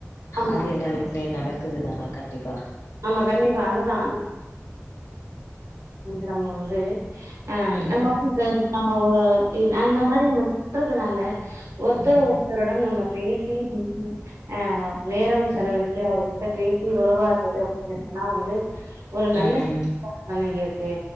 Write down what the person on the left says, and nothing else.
அது எல்லார் வீட் லயும் நடக்குது தான கண்டிப்பா
ம்
ம்
ம்